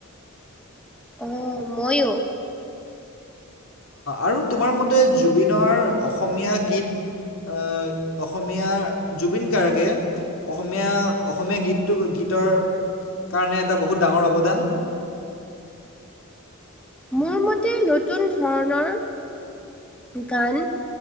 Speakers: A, in the centre; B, on the left (about 70°).
A: অ' ময়ো।
B: আৰু তোমাৰ মতে জুবিনৰ অসমীয়া গীত আ, অসমীয়া জুবিন গাৰ্গে অসমীয়া অসমীয়া গীতটো গীতৰ কাৰণে এটা বহুত ডাঙৰ অৱদান।
A: মোৰ মতে নতুন ধৰণৰ গান